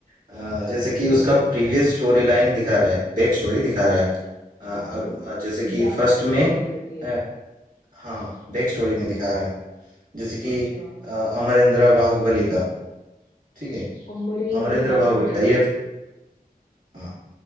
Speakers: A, on the right; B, on the left.
A: अ,
B: अच्छा
A: जैसे कि
B: हम्म
A: उसका प्रीवियस स्टोरी लाइन दिखा रहा है बैक स्टोरी दिखा रहा है अ, अब
B: हम्म
A: अ, जैसे कि
B: बैक
A: फर्स्ट
B: स्टोरी
A: में
B: ओके
A: अ, हाँ बैक स्टोरी में दिखा रहा है जैसे कि
B: अच्छा
A: अ, अमरेंद्र बाहुबली का ठीक है
B: अमरेंद्र
A: अमरेंद्र
B: बाहुबली
A: बाहुबली का ये तो, हाँ